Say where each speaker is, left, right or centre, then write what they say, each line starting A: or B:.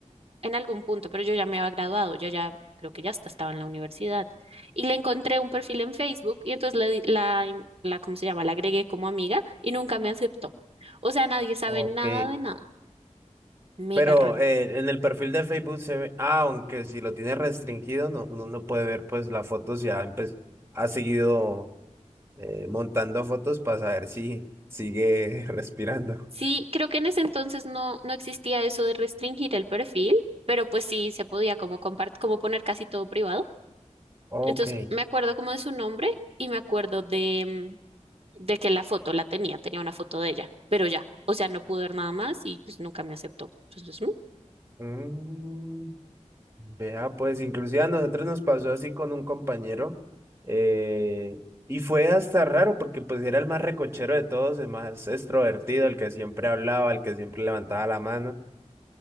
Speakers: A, on the right; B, on the right.
A: en algún punto, pero yo ya me había graduado, yo ya creo que ya hasta estaba en la universidad. Y le encontré un perfil en Facebook y entonces la, di- la, la, ¿cómo se llama? La agregué como amiga y nunca me aceptó. O sea, nadie sabe
B: Ok.
A: nada de nada. Mega
B: Pero
A: raro.
B: eh, en el perfil de Facebook se ve, ah, aunque si lo tiene restringido, no, uno no puede ver pues las fotos, ya empe- ha seguido eh, montando fotos para saber si sigue <laughs> respirando.
A: Sí, creo que en ese entonces no, no existía eso de restringir el perfil, pero pues sí se podía como compart- como poner casi todo privado.
B: Ok.
A: Entonces me acuerdo como de su nombre y me acuerdo de, mm, de que la foto la tenía, tenía una foto de ella, pero ya, o sea, no pude ver nada más y pues nunca me aceptó. Entonces, mm.
B: Mm, Vea, pues inclusive a nosotros nos pasó así con un compañero eh, y fue hasta raro porque pues era el más recochero de todos, el más extrovertido, el que siempre hablaba, el que siempre levantaba la mano